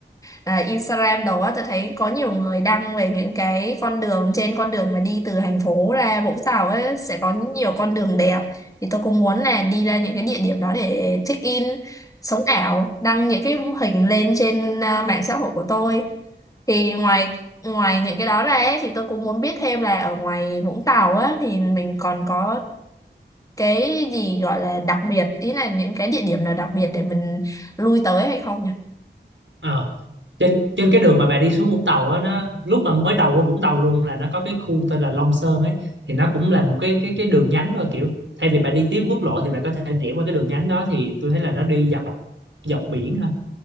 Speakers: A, on the left; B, on the right.
A: à, Instagram đồ á tôi thấy có nhiều người đăng về những cái con đường trên con đường mà đi từ thành phố ra Vũng Tàu ấy sẽ có nhiều con đường đẹp thì tôi cũng muốn là đi ra những cái địa điểm đó để check in sống ảo đăng những cái hình lên trên à, mạng xã hội của tôi thì ngoài ngoài những cái đó ra ấy, thì tôi cũng muốn biết thêm là ở ngoài Vũng Tàu á thì mình còn có cái gì gọi là đặc biệt ý là những cái địa điểm nào đặc biệt để mình lui tới hay không nhỉ?
B: ờ, trên trên cái đường mà bà đi xuống Vũng Tàu á nó lúc mà mới đầu vô Vũng Tàu luôn là nó có cái khu tên là Long Sơn ấy thì nó cũng là một cái cái cái đường nhánh thôi kiểu thay vì bà đi tiếp quốc lộ thì bà có thể rẽ qua cái đường nhánh đó thì tôi thấy là nó đi dọc dọc biển thôi